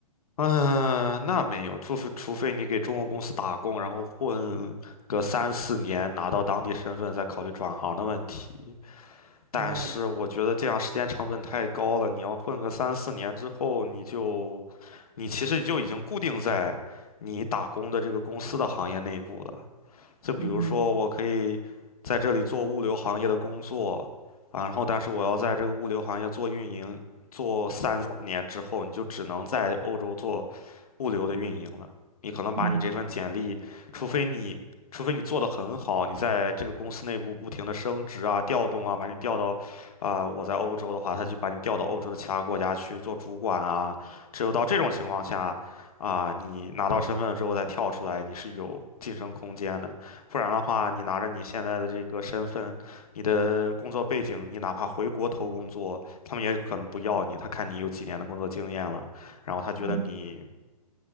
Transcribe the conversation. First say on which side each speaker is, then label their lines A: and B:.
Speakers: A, on the left (about 70°); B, on the right (about 40°).
A: 嗯，那没有，除非除非你给中国公司打工，然后混个三四年，拿到当地身份，再考虑转行的问题。但是我觉得这样时间成本太高了，
B: 哦。
A: 你要混个三四年之后，你就，你其实就已经固定在你打工的这个公司的行业内部了。就比如说，
B: 嗯，
A: 我可以在这里做物流行业的工作，啊，然后但是我要在这个物流行业做运营，做三四年之后，你就只能在欧洲做物流的运营了。你可能把你这份简历，
B: 嗯
A: 除非你除非你做得很好，你在这个公司内部不停的升职啊、调动啊，把你调到啊、我在欧洲的话，他就把你调到欧洲的其他国家去做主管啊。只有到这种情况下，啊，你拿到身份了之后再跳出来，你是有晋升空间的。不然的话，你拿着你现在的这个身份，你的工作背景，你哪怕回国投工作，他们也可能不要你。他看你有几年的工作经验了，然后他觉得你
B: 嗯